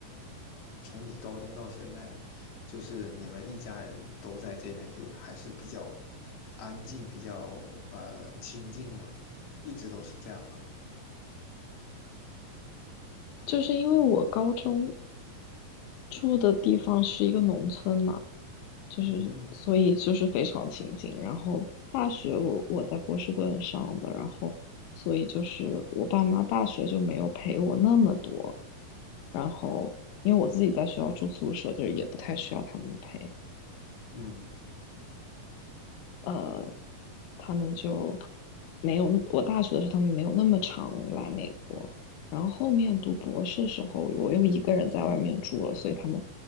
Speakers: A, on the left; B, on the left.
A: 从你高中到现在，就是你们一家人都在这边，就还是比较安静，比较呃清静嘛，一直都是这样吗？
B: 就是因为我高中住的地方是一个农村嘛，就是所以就是非常亲近。
A: 嗯
B: 然后大学我我在波士顿上的，然后所以就是我爸妈大学就没有陪我那么多，然后因为我自己在学校住宿舍，就是也不太需要他们陪。
A: 嗯。
B: 呃，他们就没有，我大学的时候他们没有那么常来美国，然后后面读博士时候，我又一个人在外面住了，所以他们